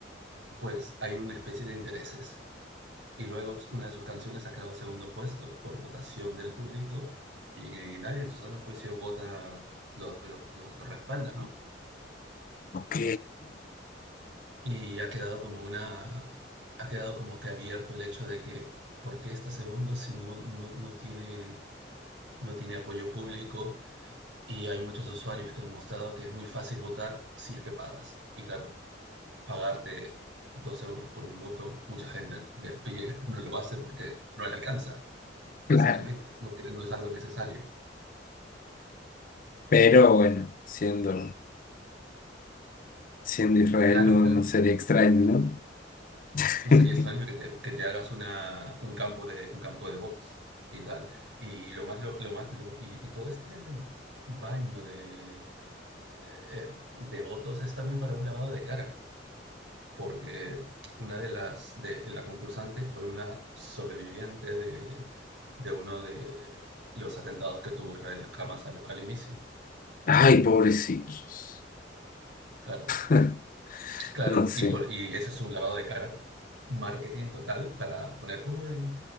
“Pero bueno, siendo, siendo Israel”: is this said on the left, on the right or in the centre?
Left